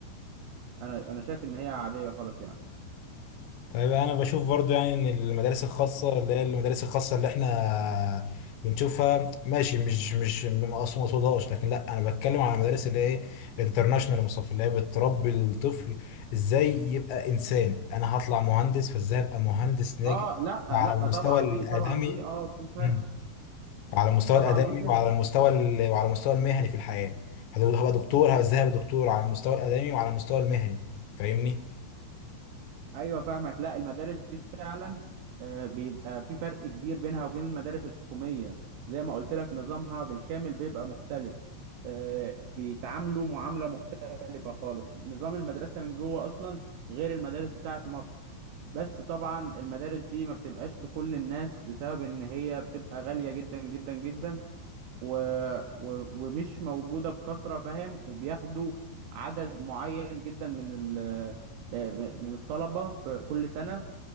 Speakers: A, on the right (about 75°); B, on the left (about 75°).
A: انا انا شايف ان هي عاديه خالص يعني
B: طيب انا بشوف برضو يعني ان المدارس الخاصه اللي هي المدارس الخاصه اللي احنا بنشوفها ماشي مش مش مقصوم مقصودهاش لكن لا انا بتكلم على المدارس اللي هي الانترناشونال يا مصطفى اللي هي بتربي الطفل ازاي يبقى انسان انا هطلع مهندس فازاي ابقى مهندس ناجح
A: اه لا
B: على
A: آه، لا
B: المستوى
A: طبعا
B: الادمي
A: دي طبعا دي اه في فرق
B: مم. على المستوى
A: طبعا
B: الادمي
A: دي فيها
B: وعلى
A: فرق
B: المستوى
A: طبعا
B: ال- وعلى المستوى المهني في الحياه هدول- هبقى دكتور ازاي هبقى دكتور على المستوى الادمي وعلى المستوى المهني فاهمني
A: ايوه فاهمك لا المدارس دي فعلا آه، بيبقى في فرق كبير بينها وبين المدارس الحكوميه زي ما قلت لك نظامها بالكامل بيبقى مختلف آه، بيتعاملوا معامله مختلفه خالص نظام المدرسه من جوه اصلا غير المدارس بتاعه مصر بس طبعا المدارس دي ما بتبقاش لكل الناس بسبب ان هي بتبقى غاليه جدا جدا جدا و... و... ومش موجودة بكثرة فاهم وبياخدوا عدد معين جدا من ال... ب- ب- من الطلبة في كل سنة